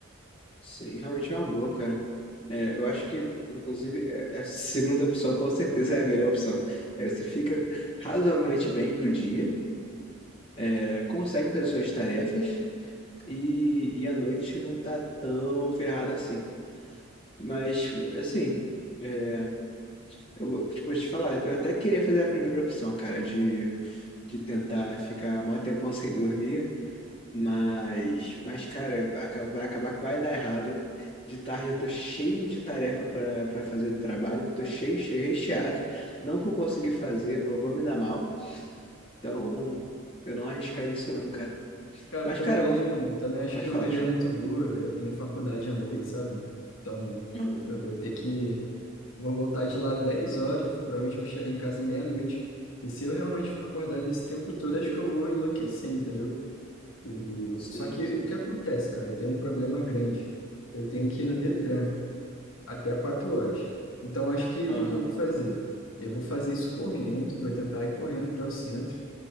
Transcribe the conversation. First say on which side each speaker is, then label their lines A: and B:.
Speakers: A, on the left; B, on the left.
A: Sim, realmente é uma boa, cara. É, eu acho que, inclusive, é- é a segunda opção com certeza é a melhor opção. É, você fica razoavelmente bem pro dia, é, consegue fazer suas tarefas e, e a noite não tá tão ferrada assim. Mas, assim. é, Eu, vou- tipo, vou te falar, eu até queria fazer a primeira opção, cara, de, de tentar ficar mó tempão <laughs> sem dormir, mas, mas cara, vai acabar, vai acabar que vai dar errado. De tarde eu tô cheio de tarefa pra pra fazer do trabalho, tô cheio, cheio, recheado, não vou conseguir fazer, vou, vou me dar mal, então eu não arriscaria isso não, cara.
B: Cara,
A: Mas,
B: eu também,
A: cara, eu vou...
B: também acho
A: Pode
B: que não
A: falar,
B: é uma ideia
A: acho.
B: muito boa. Eu tenho faculdade à noite, sabe? Então,
A: Uhum.
B: eu vou ter que Vou voltar de lá 10 horas, provavelmente vou chegar em casa meia-noite. E se eu realmente ficar acordado esse tempo todo, acho que eu vou enlouquecer, entendeu? E...
A: Sim,
B: Só que
A: sim,
B: o que
A: sim.
B: acontece, cara? Eu tenho um problema grande. Eu tenho que ir no Detran até 4 horas. Então, acho que
A: Aham.
B: o que eu vou fazer? Eu vou fazer isso correndo, vou tentar ir correndo até o centro,